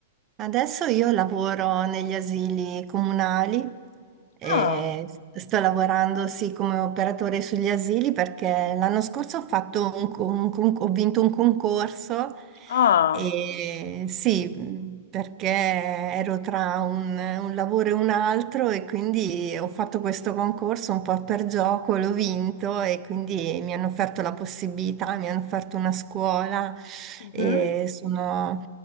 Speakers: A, on the right; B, on the left.
A: Adesso io lavoro negli asili comunali e
B: Ah,
A: sto lavorando sì come operatore sugli asili perché l'anno scorso ho fatto un con- un con- ho vinto un concorso
B: ah,
A: e sì, perché ero tra un, un lavoro e un altro e quindi ho fatto questo concorso un po' per gioco, l'ho vinto e quindi mi hanno offerto la possibilità, mi hanno offerto una scuola
B: mhm,
A: e sono